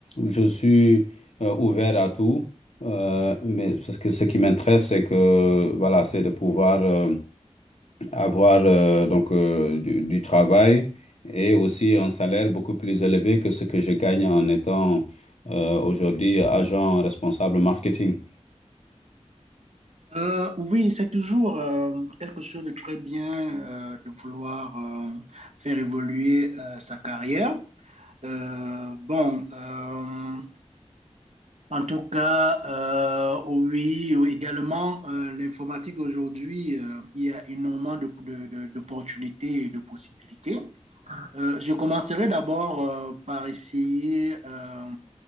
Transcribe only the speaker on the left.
je suis euh, ouvert à tout, euh, mais parce que ce qui m'intéresse, c'est que, voilà, c'est de pouvoir euh, avoir euh, donc euh, du, du travail et aussi un salaire beaucoup plus élevé que ce que je gagne en étant euh, aujourd'hui agent responsable marketing.